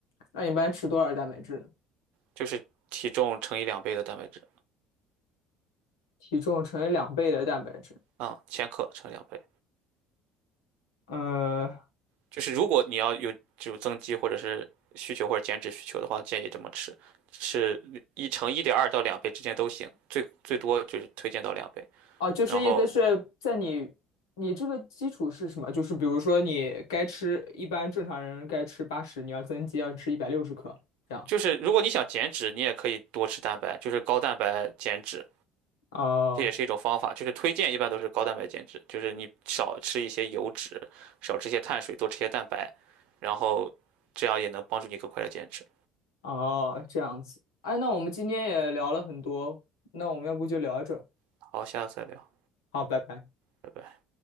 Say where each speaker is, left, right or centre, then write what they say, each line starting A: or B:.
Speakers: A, on the left; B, on the right.
A: 那你一般吃多少蛋白质呢？
B: 就是体重乘以两倍的蛋白质，
A: 体重乘以两倍的蛋白质。
B: 嗯，千克乘以两倍。
A: 呃，
B: 就是如果你要有就增肌或者是需求或者减脂需求的话，建议这么吃，是一乘一点二到两倍之间都行，最最多就是推荐到两倍。
A: 哦，就是意思是在你你这个基础是什么？
B: 然后
A: 就是比如说你该吃，一般正常人该吃八十，你要增肌要吃一百六十克这样。
B: 就是如果你想减脂，你也可以多吃蛋白，就是高蛋白减脂。
A: 哦、
B: 这也是一种方法，就是推荐一般都是高蛋白减脂，就是你少吃一些油脂，少吃一些碳水，多吃一些蛋白，然后这样也能帮助你更快的减脂。
A: 哦，这样子。哎，那我们今天也聊了很多，那我们要不就聊着？
B: 好，下次再聊，
A: 好，拜拜。
B: 拜拜。